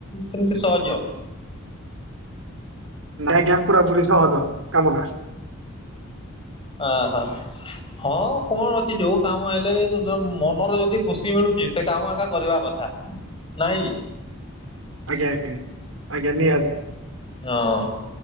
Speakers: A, on the left; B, on the right.
A: ସେମିତି ସହଜ।
B: ଆଜ୍ଞା ପୁରା ପୁରୀ ସହଜ କାମ ଟା।
A: ଓ ହୋ। ହଁ କଣ ଅଛି ଯୋଉ କାମ ହେଲେ ବି ମନର ଯଦି ଖୁସି ମିଳୁଚି ସେ କାମ ଏକା କରିବା କଥା ନାଇଁ।
B: ଆଜ୍ଞା ଆଜ୍ଞା ନିହାତି।
A: ହଁ।